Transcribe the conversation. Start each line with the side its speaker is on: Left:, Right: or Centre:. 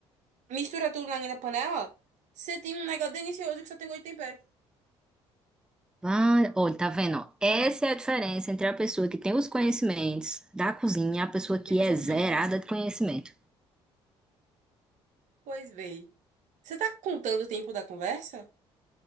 Right: mistura tudo na linha da panela, você tem um negócio delicioso que só tem gosto de tempero.
Centre: Vai, olha, tá vendo? ó? Essa é a diferença entre a pessoa que tem os conhecimentos da cozinha e a pessoa que
Right: E a pessoa
Centre: é zerada
Right: que não tem.
Centre: de conhecimento.
Right: Pois bem. Você tá contando o tempo da conversa?